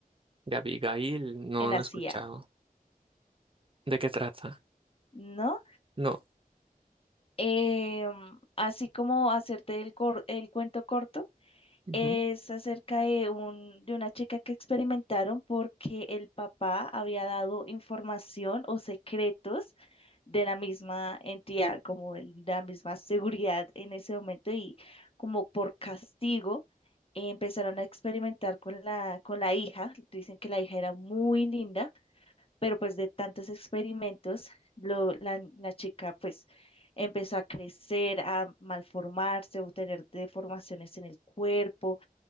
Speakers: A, on the right; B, on the left.
A: De Abigail, no,
B: en la
A: no he escuchado.
B: CIA,
A: ¿De qué trata?
B: ¿no?
A: No.
B: em, así como hacerte el, cor- el cuento corto,
A: Ujú.
B: es acerca de un, de una chica que experimentaron porque el papá había dado información o secretos de la misma entidad, como el- de la misma seguridad en ese momento y como por castigo. eh, Empezaron a experimentar con la, con la hija. Dicen que la hija era muy linda pero pues de tantos experimentos, lo- la, la chica pues empezó a crecer, a malformarse, a obtener deformaciones en el cuerpo,